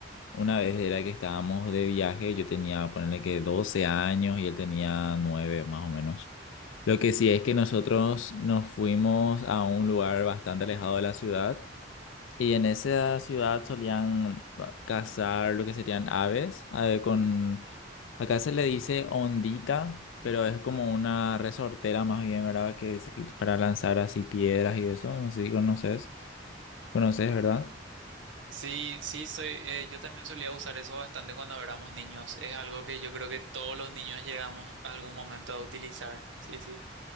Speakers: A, on the left (about 90°); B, on the right (about 85°).
A: una vez era que estábamos de viaje, yo tenía, ponerle que 12 años y él tenía 9 más o menos. Lo que sí es que nosotros nos fuimos a un lugar bastante alejado de la ciudad y en esa ciudad solían va- cazar lo que serían aves, a con... Acá se le dice ondita, pero es como una resortera más bien, ¿verdad? Que es l- para lanzar así piedras y eso, no sé si conoces, conoces, ¿verdad?
B: Sí, sí, soy, eh, yo también solía usar eso bastante cuando éramos niños. Es algo que yo creo que todos los niños llegamos a algún momento a utilizar. Sí, sí.